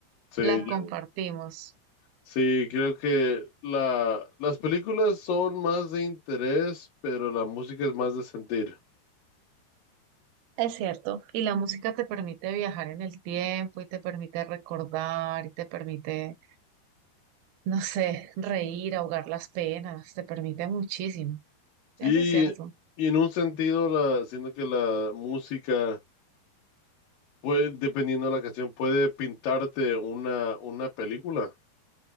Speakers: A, on the left; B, on the right.
A: Sí,
B: la
A: yo-
B: compartimos.
A: sí, creo que la, las películas son más de interés, pero la música es más de sentir.
B: Es cierto. Y la música te permite viajar en el tiempo y te permite recordar y te permite, no sé, reír, ahogar las penas, te permite muchísimo. Eso
A: Y,
B: es cierto.
A: y en un sentido, la, siento que la música Puede, dependiendo de la canción, puede pintarte una, una película.